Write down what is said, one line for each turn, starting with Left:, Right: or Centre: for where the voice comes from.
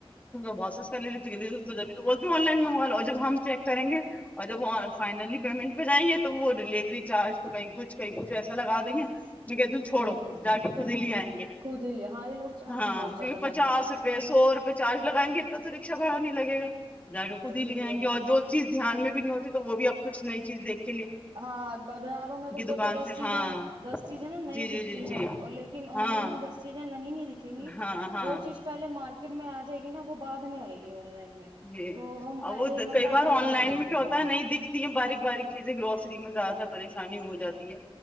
Left: بہت ستا لےیول آن لائن مگ ل ج ہم چیک کریں گے اور جب فائنلی پیمنٹ جائ گے تو وہ ڈلیوری چارج تو کئی کچھ کئی ایسا لگا دیں گے م کہ تم چھوڑو
Right: بالکل
Left: جا کے خود ہی لے آئیں گے
Right: خود ہی لیا ہاں یہ لوگ چارج
Left: ہاں
Right: بہت
Left: کیونکہ
Right: زیادہ لگاتے
Left: پچاس
Right: ہیں پیسہ
Left: روپے
Right: نا
Left: سو روپئے چارج لگائیں گے اتنا تو رکشا بڑا نہیں لگے گا جاگے خود
Right: وہی
Left: ہی لے جیں
Right: وہی
Left: گے اور جو چیز دھیان میں نہیں ہوتی تو وہ بھی اب کچھ نہیں یز دیک <inaudible>
Right: ہاں بازاروں میں تو دیکھو
Left: دکان سے
Right: دس سیزیں
Left: ہاں
Right: دس سیزیں نہیں
Left: جی جی
Right: دکھتی
Left: جی جی
Right: ہے اور لیکن
Left: ہاں
Right: آن لائن میں دس سیزیں نہیں نہیں دیکھیں گی
Left: ہاں ہاں
Right: جو چیز پہلے مارکیٹ میں آ جائے گی نا وہ بع میں آئے گی آن لائن میں
Left: جی
Right: تو ہم
Left: ا
Right: پہلے
Left: وہ
Right: ہی مطلب
Left: کئی بار
Right: اپنا
Left: آن
Right: لے
Left: لائن
Right: لیتے
Left: میں کیا
Right: ہیں
Left: ہوتا
Right: ہاں
Left: ہے نہیں دکھتی ہے باریک باریک ج گروسری میں زیاد تھا پریش پریشانی ہو جاتی ہے